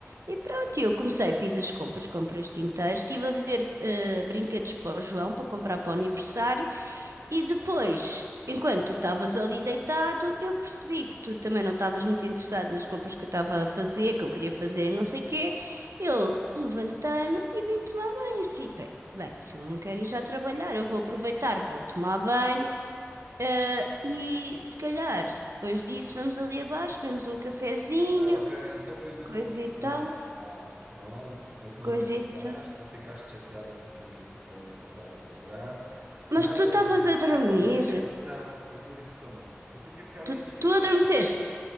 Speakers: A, on the right (about 85°); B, on the right (about 40°).
A: E pronto, eu comecei, fiz as compras, comprei os tinteiros, estive a ver eh, brinquedos para o João, para comprar para o aniversário, e depois, enquanto tu estavas ali deitado, eu percebi que tu também não estavas muito interessado nas compras que eu estava a fazer, que eu queria fazer e não sei o quê. Eu levantei-me e vim tomar banho, assim, peraí, Bem, se ele não quer ir já trabalhar, eu vou aproveitar, vou tomar banho, eh, e se calhar depois disso vamos ali abaixo, bebemos um cafezinho,
B: Ah, ok, então foi tudo
A: coisa
B: confusão
A: e tal
B: minha, afinal. Pronto, então tu
A: coisita.
B: não me acordaste, não ficaste chateada porque eu queria ficar ali a passar pelas brasas. Nada
A: Mas tu estavas
B: disso aconteceu.
A: a dormir.
B: Foi tudo impressão, foi tudo impressão minha, porque eu queria ficar ali
A: Tu,
B: a descansar.
A: tu adormeceste.